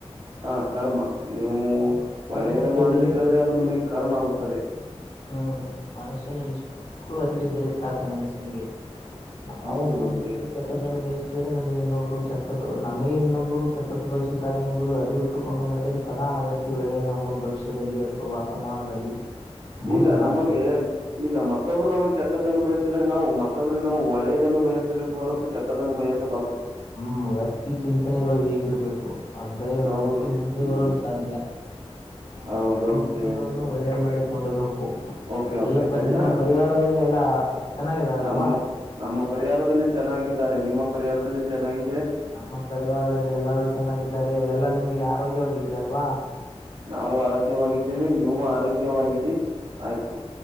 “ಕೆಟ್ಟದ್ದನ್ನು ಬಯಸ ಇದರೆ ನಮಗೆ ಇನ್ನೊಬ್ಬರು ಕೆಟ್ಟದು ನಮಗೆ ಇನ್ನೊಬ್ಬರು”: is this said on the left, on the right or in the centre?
Left